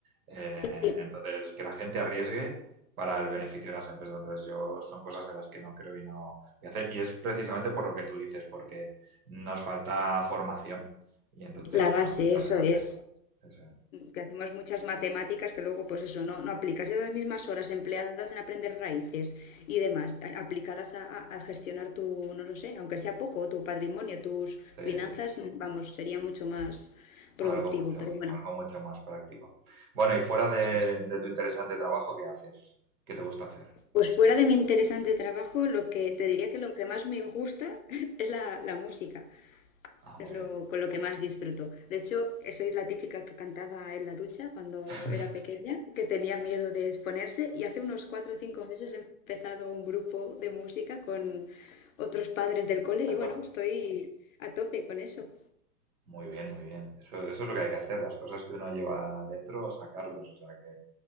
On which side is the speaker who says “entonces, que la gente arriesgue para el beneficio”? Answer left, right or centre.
Right